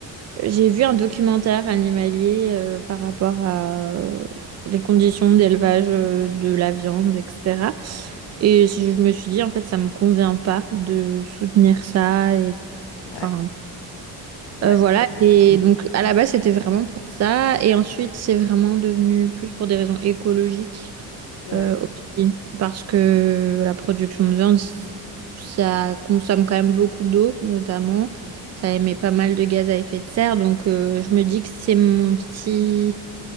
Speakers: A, on the right; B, on the left.
A: j'ai vu un documentaire animalier euh, par rapport à euh, les conditions d'élevage euh, de la viande, etc. Et je me suis dit, en fait, ça me convient pas de soutenir ça. Et,
B: Ouais,
A: enfin,
B: ouais.
A: euh, voilà.
B: Mhm.
A: Et donc, à la base, c'était vraiment pour ça. Et ensuite, c'est vraiment devenu plus pour des raisons écologiques.
B: Ouais.
A: Euh, aussi, parce que la production de viande, ça consomme quand même beaucoup d'eau, notamment. Ça émet pas mal de gaz à effet de serre. Donc, euh, je me dis que c'est mon petit...